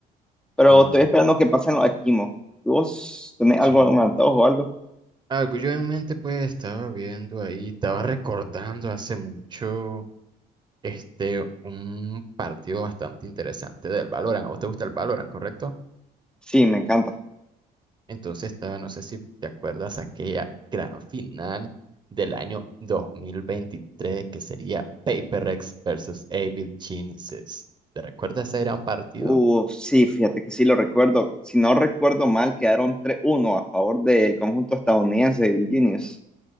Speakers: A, in the centre; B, on the right (about 25°).
A: Pero
B: ¿cuánto?
A: estoy esperando que pasen los esquimos. ¿Y ¿Vos tenés
B: Sí.
A: algo, un antojo o algo?
B: Algo yo en mente pues estaba viendo ahí, estaba recordando hace mucho este un partido bastante interesante del Valorant. ¿A vos te gusta el Valorant, correcto?
A: Sí, me encanta.
B: Entonces, estaba- no sé si te acuerdas aquella gran final del año 2023 que sería Paper X versus Evil Geniuses. ¿Te recuerdas ese gran partido?
A: Uh, sí, fíjate que sí lo recuerdo. Si no recuerdo mal, quedaron tres uno a favor del conjunto estadounidense de Virginius.